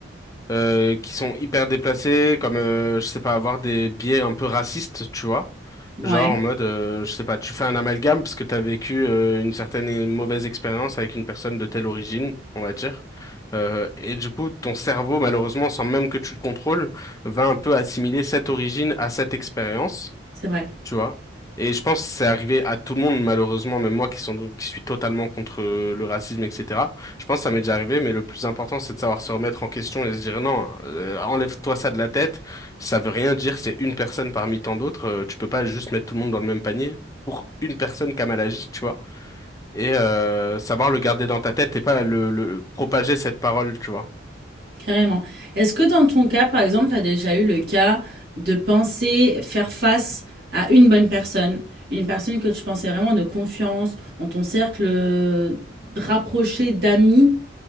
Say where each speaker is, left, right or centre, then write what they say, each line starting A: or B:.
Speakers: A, on the left (about 15°); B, on the right (about 55°).
A: euh, qui sont hyper déplacés, comme euh, je sais pas, avoir des biais un peu racistes, tu vois.
B: Ouais,
A: Genre en mode, euh, je sais pas, tu fais un amalgame parce que t'as vécu euh, une certaine mauvaise expérience avec une personne de telle origine, on va dire. Euh, et du coup, ton cerveau, malheureusement, sans même que tu le contrôles, va un peu assimiler cette origine à cette expérience
B: c'est vrai,
A: tu vois. Et je pense que c'est arrivé à tout le monde, malheureusement, même moi qui sont, qui suis totalement contre euh, le racisme, etc. Je pense que ça m'est déjà arrivé, mais le plus important, c'est de savoir se remettre en question et se dire non, euh, enlève-toi ça de la tête, ça veut rien dire, c'est une personne parmi tant d'autres, euh, tu peux pas juste mettre tout le monde dans le même panier pour une personne qui a mal agi, tu vois et euh, savoir le garder dans ta tête et pas le, le le propager cette parole, tu vois.
B: carrément. Est-ce que dans ton cas, par exemple, t'as déjà eu le cas de penser faire face à une bonne personne, une personne que tu pensais vraiment de confiance, dans ton cercle euh, rapproché d'amis,